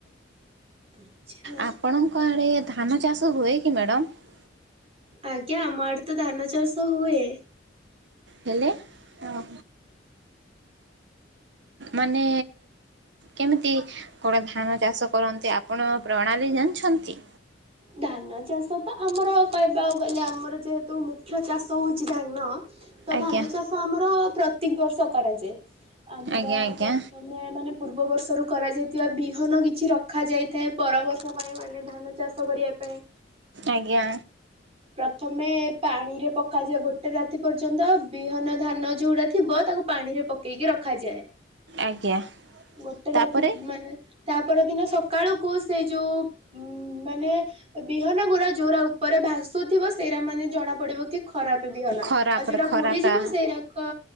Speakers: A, on the right; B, on the right.
A: ଆଚ୍ଛା
B: ଆପଣଙ୍କ ଆଡେ ଧାନ ଚାଷ ହୁଏ କି ମ୍ୟାଡ଼ମ?
A: ଆଜ୍ଞା ଆମ ଆଡେ ତ ଧାନ ଚାଷ ହୁଏ।
B: ହେଲେ ଉଁ ମାନେ କେମିତି କଣ ଧାନ ଚାଷ କରନ୍ତି ଆପଣ ପ୍ରଣାଳୀ ଜାଣିଛନ୍ତି?
A: ଧାନ ଚାଷ ତ ଆମର କହିବାକୁ ଗଲେ ଆମର ଯେହେତୁ ମୁଖ୍ୟ ଚାଷ ହୋଉଚି ଧାନ। ତ
B: ଆଜ୍ଞା
A: ଧାନ ଚାଷ ଆମର ପ୍ରତ ତିକ୍ ବର୍ଷ କରାଯାଏ। ଆମର
B: ଆଜ୍ଞା ଆଜ୍ଞା
A: ପ୍ରଥମେ ମାନେ ପୂର୍ବ ବର୍ଷରୁ କରାଯାଇଥିବା ବିହନ କିଛି ରଖାଯାଇଥାଏ ପର ବର୍ଷ ପାଇଁ ମାନେ ଧାନ ଚାଷ କରିଆ ପାଇଁ।
B: ଆଜ୍ଞା।
A: ପ୍ରଥମେ ପାଣିରେ ପକାଯିବ ଗୋଟେ ରାତି ପର୍ଯ୍ୟନ୍ତ ବିହନ ଧାନ ଯୋଉରା ଥିବ ତାକୁ ପାଣିରେ ପକେଇକି ରଖାଯାଏ।
B: ଆଜ୍ଞା।
A: ଗୋଟେ
B: ତାପରେ
A: ରାତି ପ୍ ମାନେ ତା ପରଦିନ ସକାଳକୁ ସେଇ ଯୋଉ ମାନେ ବିହନ ଗୁଡା ଯୋଉରା ଉପରେ ଭାସୁଥିବ ସେଇରା ମାନେ ଜଣା ପଡିବ କି ଖରାପେ ବିହନ,
B: ଖରାପରେ
A: ଆଉ ଯୋଉରା
B: ଖରାପା
A: ବୁଡିଯିବ ସେଇରାକ